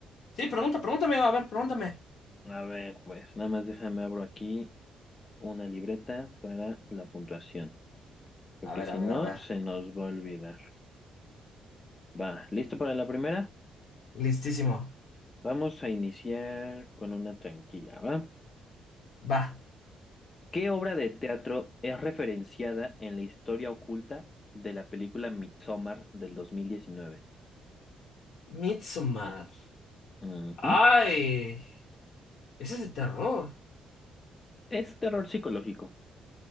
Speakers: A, on the left; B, on the left.
A: Sí, pregunta, pregunta, amigo, a ver, pregúntame.
B: A ver, pues nada más déjame abro aquí una libreta para la puntuación, porque
A: A ver,
B: si
A: a ver,
B: no,
A: a ver.
B: se nos va a olvidar. Va, ¿listo para la primera?
A: Listísimo.
B: Vamos a iniciar con una tranquila, ¿va?
A: Va.
B: ¿Qué obra de teatro es referenciada en la historia oculta de la película Midsommar del 2019?
A: Midsommar.
B: Ujú.
A: ¡Ay! Ese es de terror.
B: Es terror psicológico.